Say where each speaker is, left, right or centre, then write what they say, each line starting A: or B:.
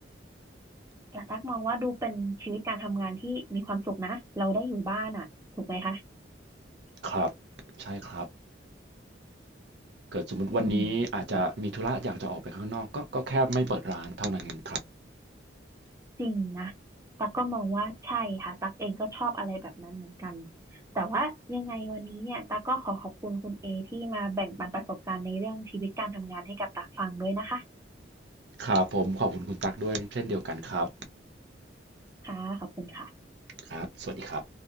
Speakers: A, on the right; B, on the right.
A: แต่ตักมองว่าดูเป็นชีวิตการทำงานที่มีความสุขนะเราได้อยู่บ้านอ่ะถูกไหมคะ
B: ครับ ใช่ครับ เกิดสมมติวันนี้อาจจะมีธุระอยากจะออกไปข้างนอกก็ก็แค่ไม่เปิดร้านเท่านั้นเองครับ
A: อืม จริงนะตั๊กก็มองว่าใช่ค่ะตั๊กเองก็ชอบอะไรแบบนั้นเหมือนกัน แต่ว่ายังไงวันนี้เนี่ยตั๊กก็ขอขอบคุณคุณเอที่มาแบ่งปันประสบการณ์ในเรื่องชีวิตการทำงานให้กับตั๊กฟังด้วยนะคะ
B: ครับผมขอบคุณคุณตั๊กด้วยเช่นเดียวกันครับ
A: ค่ะ ขอบคุณค่ะ
B: ครับสวัสดีครับ